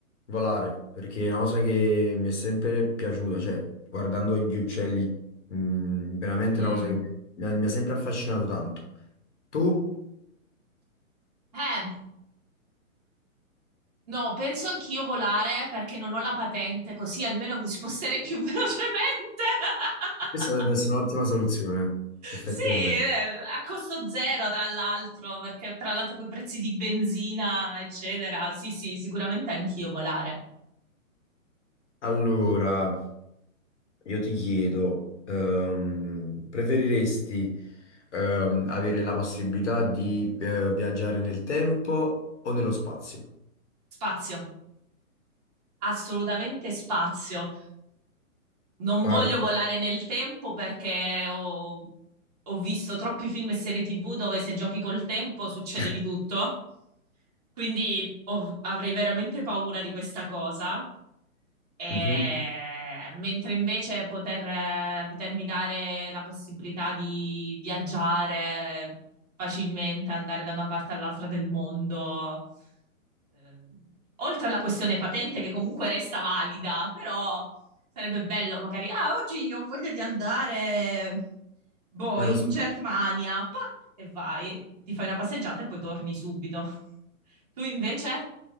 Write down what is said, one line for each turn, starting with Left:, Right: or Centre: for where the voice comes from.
Left: volare, perché è una cosa che mi è sempre piaciuta, cioè guardando gli uccelli, mm, veramente
Right: Mm.
Left: è una cosa che mi mi ha, mi ha sempre affascinato tanto. Tu?
Right: Eh, no, penso anch'io volare perché non ho la patente, così almeno mi sposterei più <laughs> velocemente. <laughs>
Left: Questa dovrebbe essere un'ottima soluzione, effettivamente.
Right: Sì, eh, a costo zero, tra l'altro, perché tra l'altro con i prezzi di benzina, eccetera. Sì, sì, sicuramente anch'io volare.
Left: Allora. Io ti chiedo, ehm, preferiresti ehm, avere la possibilità di eh, viaggiare nel tempo o nello spazio?
Right: Spazio, assolutamente spazio. Non
Left: Guarda,
Right: voglio volare nel tempo perché ho, ho visto troppi film e serie TV dove se giochi col tempo succede
Left: <laughs>
Right: di tutto. Quindi ho- avrei veramente paura di questa cosa. E-
Left: Mhm.
Right: mentre invece poter, eh, potermi dare la possibilità di viaggiare facilmente, andare da una parte all'altra del mondo, ehm, oltre alla questione patente che comunque resta valida, però sarebbe bello magari, ah, oggi ho voglia di andare, boh,
Left: Nello
Right: in
Left: spazio.
Right: Germania, pa, e vai, ti fai una passeggiata e poi torni subito. <laughs> Tu invece?